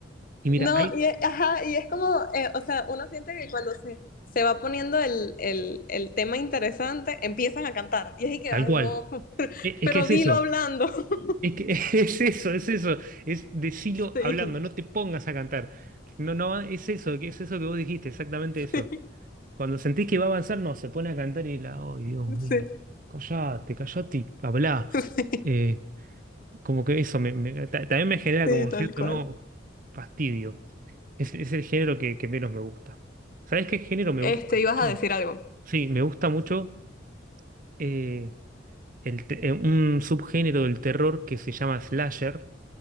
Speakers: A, on the right (about 45°); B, on the left (about 45°).
A: y mira,
B: No,
A: ahí,
B: y, es- ajá, y es como, eh, o sea, uno siente que cuando se, se va poniendo el, el, el tema interesante, empiezan a cantar. Y es y que,
A: tal
B: ay,
A: cual.
B: no, <laughs> pero
A: E- Es,
B: pero
A: que es
B: dilo
A: eso.
B: hablando. <laughs>
A: Es que <laughs> es eso, es eso. Es decilo
B: Sí,
A: hablando, no te pongas a cantar. No, no, es eso, que es eso que vos dijiste, exactamente eso.
B: sí,
A: Cuando sentís que va a avanzar, no, se pone a cantar y la, oh, Dios mío,
B: sí,
A: callate, callate y hablá.
B: <laughs> sí,
A: Eh, como que eso me- me- ta- también me genera
B: sí,
A: como
B: tal
A: cierto,
B: cual.
A: no, fastidio. Es, es el género que, que menos me gusta. ¿Sabes qué género me
B: Este,
A: gusta mucho?
B: ibas a decir algo.
A: Sí, me gusta mucho eh, el te- eh, un subgénero del terror que se llama slasher